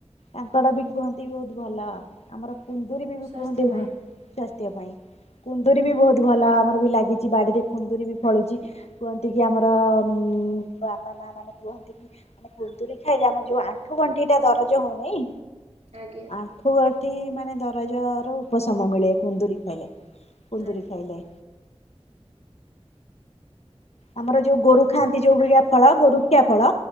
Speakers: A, on the left; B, on the right.
A: କାଙ୍କଡ ବି କୁହନ୍ତି ବହୁତ ଭଲ ଆମର କୁନ୍ଦୁରିୀ ବି
B: ସ୍ୱାସ୍ଥ୍ୟ
A: କୁହନ୍ତି
B: ପାଇଁ
A: ଭ ସ୍ଵାସ୍ଥ୍ୟ ପାଇଁ କୁନ୍ଦୁରୀ ବି
B: ଆଜ୍ଞା
A: ବହୁତ ଭଲ ଆମର ବି ଲାଗିଛି ବାଡିରେ। କୁନ୍ଦୁରି ବି ଫଳୁଛି କୁହନ୍ତି କି ଆମର ଉଁ ବାପା ମା ମାନେ କୁହନ୍ତି କି କୁନ୍ଦୁରି ଖାଇଲେ ଆମ ଯୋଉ ଆଣ୍ଠୁ ଗଣ୍ଠି ଟା ଦରଜ ହଉନି
B: ଆଜ୍ଞା
A: ଆଣ୍ଠ୍ ଠୁଅଣ୍ଠି ମାନେ ଦରଜର ଉପଶମ ମିଳେ କୁନ୍ଦୁରି ଖାଇଲେ କୁନ୍ଦୁରି
B: ଆଜ୍ଞା
A: ଖାଇଲେ। ଆମର ଯୋଉ ଗୋରୁ ଖାଆନ୍ତି ଯୋଉ ଗୁରିଆ ଫଳ ଗୋରୁଖିଆ ଫଳ